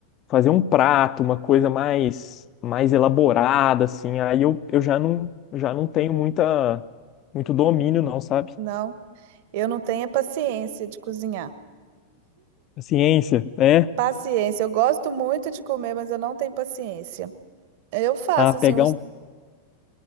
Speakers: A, on the left; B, on the right.
A: fazer um prato, uma coisa mais mais elaborada assim. Aí eu, eu já não já não tenho muita muito domínio não, sabe?
B: não, eu não tenho a paciência de cozinhar.
A: A ciência, né?
B: Paciência. Eu gosto muito de comer, mas eu não tenho paciência. Eu faço
A: Ah, pegar
B: assim um, es-
A: um